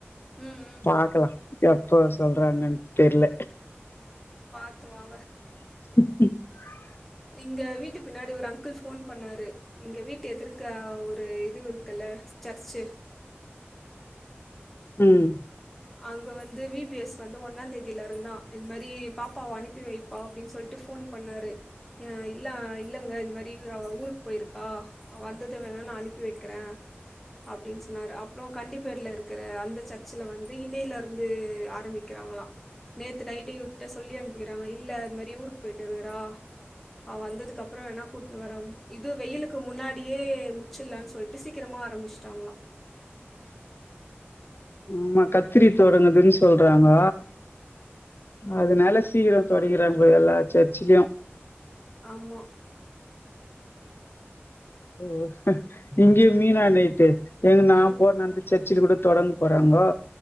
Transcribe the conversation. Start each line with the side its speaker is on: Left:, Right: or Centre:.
Centre: ம்
Left: பாக்கலா எப்போ சொல்றாங்கன்னு தெரியல
Centre: <inaudible> பாத்த வாங்க
Left: <inaudible>
Centre: இங்க வீட்டு பின்னாடி ஒரு அங்கிள் போன் பண்ணாரு இங்க வீட்டு எதிர்க ஒரு இது இருக்குல்ல சர்ச்சு
Left: உம்
Centre: அங்க வந்து வி பி எஸ் வந்து ஒன்னாம் தேதியில இருந்தா இது மாதிரி பாப்பாவ அனுப்பி வைப்பா அப்படின்னு சொல்லிட்டு போன் பண்ணாரு இல்ல இல்லங்க இது மாதிரி ஊருக்கு போயிருக்கா வந்ததும் வேணாம் நா அனுப்பி வைக்கிற அப்படின்னு சொன்னாரு அப்புறம் கண்டிப்பர்ல இருக்கற அந்த சர்ச்சல வந்து வந்து இணையில இருந்து ஆரம்பிக்கிறாங்களாம் நேத்து நைட்ட விட்டுட்ட சொல்லி அனுப்பிக்கிறாங்க இல்ல அது மாதிரி ஊருக்கு போயிட்டு இருக்கிறா ஆஹ் வந்ததுக்கு அப்புறம் வேனா கூட்டன்னு வர இது வெயிலுக்கு முன்னாடியே முச்சில்லனு சொல்லிட்டு சீக்கிரமா ஆரம்பிச்சட்டாங்களா
Left: ஆமா கத்திரி தொடங்குதுன்னு சொல்றாங்க அததுனால சீக்கிரம் தொடங்கறாங்க எல்லா சர்ச்சலயும்
Centre: ஆமா
Left: ஓ இங்கய மீன அ நயட்டு எங்க நா
Centre: ம்
Left: போ நந்துச்ச சர்ச்ல கூட தொடங்க போறாங்கோ